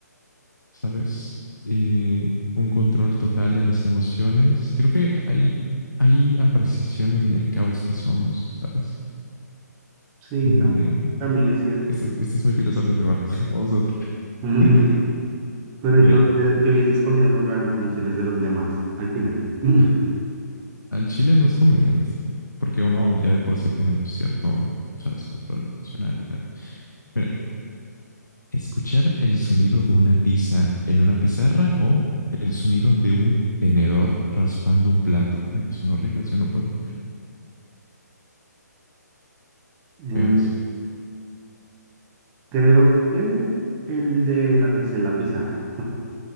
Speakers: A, on the left; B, on the right.
A: ¿sabes? Eh, un control total de las emociones. Creo que hay, hay apreciación en el caos que somos, ¿sabes?
B: Sí,
A: Eh,
B: ta- también es cierto.
A: esto, esto es muy filosófico, va- <laughs> vamos a otra.
B: <laughs>
A: <laughs>
B: Pero yo,
A: Mira,
B: eh, yo hubiese escogido controlar las emociones de los demás al final. <laughs>
A: Al chile no es más conveniente, porque uno ya de por sí tiene pues, cierto, sabes, control emocional y tal. Mira, escuchar el sonido de una tiza en una pizarra o el sonido de un tenedor raspando un plato. Oye, son horribles, yo no puedo.
B: Em,
A: Feos,
B: creo que el de la tiza en la pizarra.